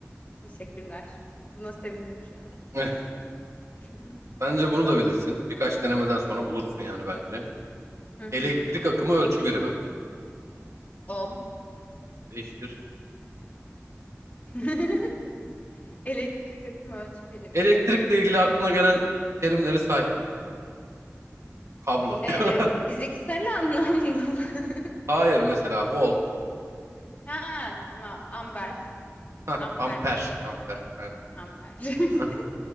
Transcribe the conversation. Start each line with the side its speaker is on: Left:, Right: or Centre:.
Left: Teşekkürler. Buna sevindim şu an.
Right: Eh,
Left: <laughs>
Right: Bence bunu da bilirsin. Birkaç denemeden sonra bulursun yani bence.
Left: Hı hı.
Right: Elektrik akımı ölçü birimi.
Left: Ohm.
Right: Değiştir.
Left: <laughs> Elektrik akım ölçü birimi.
Right: Elektrikle ilgili aklına gelen terimleri say. Kablo
Left: Ee,
Right: diyor.
Left: fiziksel anlamda mı? <laughs>
Right: <laughs> Hayır mesela volt.
Left: Ha tamam. Amber.
Right: Hah,
Left: Amper.
Right: amper. Amper. Aynen.
Left: Amper. <laughs>
Right: Hah,